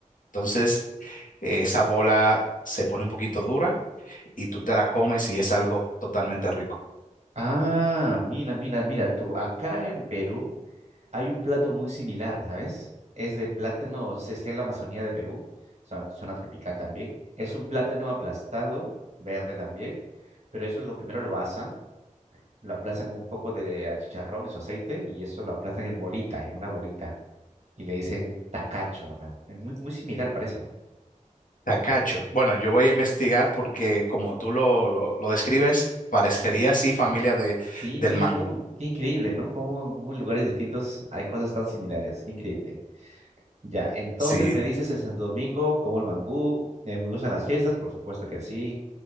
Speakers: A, on the left (about 85°); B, on the right (about 55°).
A: Entonces, eh, esa bola se pone un poquito dura y tú te la comes y es algo totalmente rico.
B: Ah, mira, mira, mira tú. Acá en Perú hay un plato muy similar, ¿sabes? Es de plátano, se está en la Amazonía de Perú, zona, zona tropical también. Es un plátano aplastado, verde también, pero eso lo primero lo asan, lo aplastan con un poco de ah, chicharrón y su aceite y eso lo aplastan en bolita, en una bolita. Y le dicen tacacho acá. Es muy, muy similar, parece, ¿no?
A: Tacacho. Bueno, yo voy a investigar porque como tú lo, lo, lo describes, parecería así familia de,
B: Sí,
A: del
B: mira
A: mangú.
B: tú, qué increíble, ¿no? Cómo, cómo en lugares distintos hay cosas tan similares, qué increíble. Ya, entonces
A: Sí,
B: me dices en Santo Domingo, como el mangú, eh, me gustan las fiestas, por supuesto que sí.